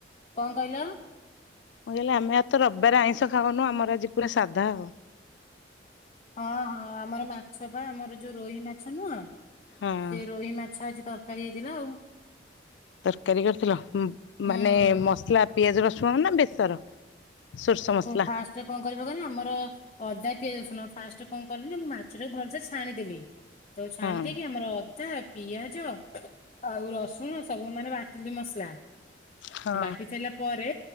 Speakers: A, on the left (about 35°); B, on the left (about 85°).
A: କଣ କହିଲ?
B: ମୁଁ କହିଲି ଆମେ ଆଉତ ରବିବାରେ ଆଇଁଷ ଖାଉନୁ ଆମର ଆଜି ପୁରା ସାଧା ଆଉ।
A: ହଁ ହଁ ଆମର ମାଛ ପା ଆମର ଯୋଉ ରୋହି ମାଛ ନୁହଁ?
B: ହଁ
A: ସେ ରୋହି ମାଛ ଆଜି ତରକାରୀ ହେଇଥିଲା ଆଉ।
B: ତରକାରୀ କରିଥିଲ
A: ହୁଁ
B: ମାନେ ମସଲା ପିଆଜ ରସୁଣ ନା ବେସର? ସୋରିଷ ମସଲା।
A: ଫାଷ୍ଟ ଯୋଉ କଣ କରିବ କହନି ଆମର ଅଦା ପିଆଜ ରସୁଣ ଫାଷ୍ଟ କଣ କଲି ନା ମୁଁ ମାଛଟାକୁ ଭଲସେ ଛାଣିଦେଲି ତ ଛାଣି
B: ହଁ
A: ଦେଇକି ଆମର ଅଦା ପିଆଜ ଆଉ ରସୁଣ ସବୁ ମାନେ ବାଟିଲି ମସଲା।
B: ହଁ
A: ବାଟି ସାରିଲା ପରେ